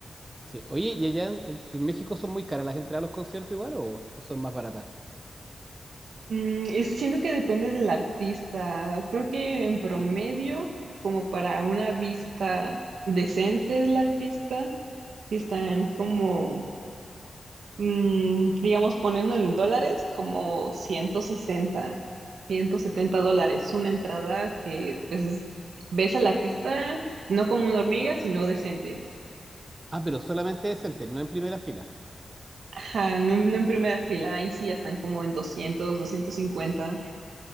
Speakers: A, on the right; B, on the right.
A: Sí. Oye, ¿y allá en, en- en México son muy caras las entradas a los conciertos igual o, o son más baratas?
B: Mm, es- siento que depende del artista. Creo que en promedio, como para una vista decente del artista, si están como, mm, digamos, poniendo en dólares, como ciento sesenta ciento setenta dólares. Una entrada que, pues, es- ves al artista no como una hormiga, sino decente.
A: Ah, pero solamente decentes, no en primera fila.
B: Ajá, no, no en primera fila. Ahí sí ya están como en doscientos doscientos cincuenta